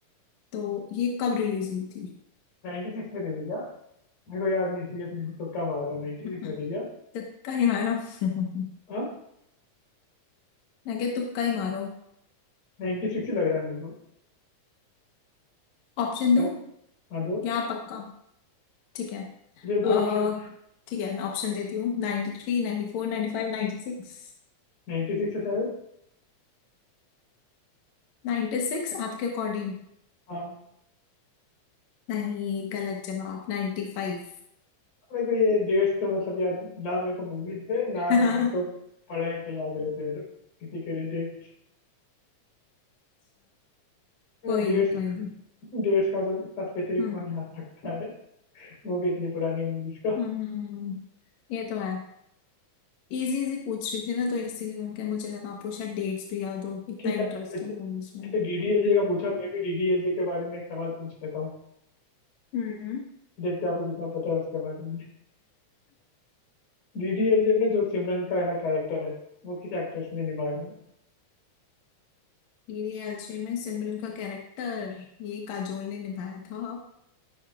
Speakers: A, on the left; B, on the left.
A: तो ये कब रिलीज हुई थी
B: 96 में दे दी क्या मेरे को याद नहीं सीरियस मेरे को तुक्का मार रहा हूँ 96
A: <laughs>
B: में दे दिया
A: तुक्का ही मारो
B: हाँ
A: <laughs> मैं क्या तुक्का ही मारो
B: 96 ही लग रहा है मेरे को
A: ऑप्शन
B: शायद
A: दूं
B: हाँ दो
A: या पक्का ठीक है
B: दे दो
A: आ,
B: ऑप्शन
A: ठीक है मैं ऑप्शन देती हूँ 93 three ninety four ninety five ninety six
B: नाइनटी सिक्स है शायद
A: Ninety six आपके अकॉर्डिंग
B: हाँ
A: नहीं गलत जवाब 95 फाइव
B: मेरे को ये डेट्स तो मतलब यार ना मेरे को मूवीज पे ना
A: <laughs>
B: है
A: अच्छा
B: ना मेरे को पढ़ाई पे याद रहते हैं किसी के डेट्स
A: कोई
B: डेट्स
A: नहीं कोई नहीं
B: डेट्स का मतलब इतना स्पेसिफिक
A: हम्म
B: कौन याद रखता है वो भी इतनी पुरानी मूवीज का
A: हम्म हम्म, हम्म। ये तो है इजी इजी पूछ रही थी ना तो इसीलिए मैंने कहा मुझे लगा आपको शायद डेट्स भी याद हो इतना
B: ठीक है
A: इंटरेस्ट
B: जैसे
A: है
B: जैसे
A: मूवीज में
B: डीडीएलजे का पूछा मैं भी डीडीएलजे के बारे में एक सवाल पूछ लेता हूँ
A: हम्म
B: देखते हैं आपको कितना पता है उसके बारे में डीडीएलजे में जो सिमरन का है ना कैरेक्टर है वो किस एक्ट्रेस ने निभाया है
A: टीडी एलजे <laughs> में सिमरन का कैरेक्टर ये काजोल ने निभाया था